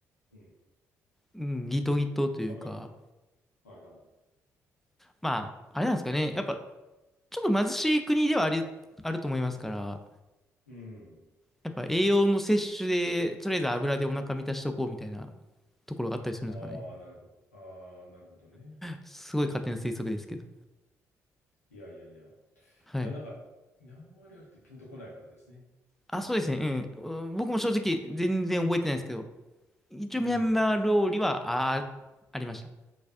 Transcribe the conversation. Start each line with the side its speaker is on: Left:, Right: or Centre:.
Left: うん。
Centre: うん、ギトギトというか、
Left: 油がはいはい。
Centre: まあ、あれなんですかね。やっぱ、ちょっと貧しい国ではあり、あると思いますから、
Left: うん。
Centre: やっぱ栄養の摂取で、とりあえず油でお腹満たしとこうみたいなところがあったりするんですかね。
Left: ああ、なるほど。ああ、なるほどね。
Centre: すごい勝手な推測ですけど。
Left: いやいやいや。い
Centre: はい。
Left: や、なんか、ミャンマー料理ってピンとこないからですね。
Centre: あ、そうですね。うん。うん僕も正直全然覚えてないですけど、一応ミャンマー料理は、
Left: うん。
Centre: あ、あありました。